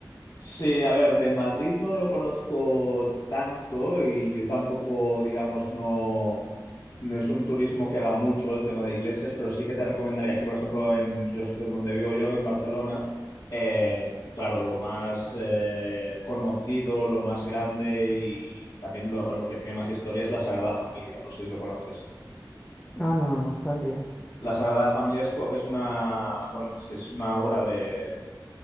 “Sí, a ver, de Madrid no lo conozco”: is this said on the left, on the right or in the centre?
Left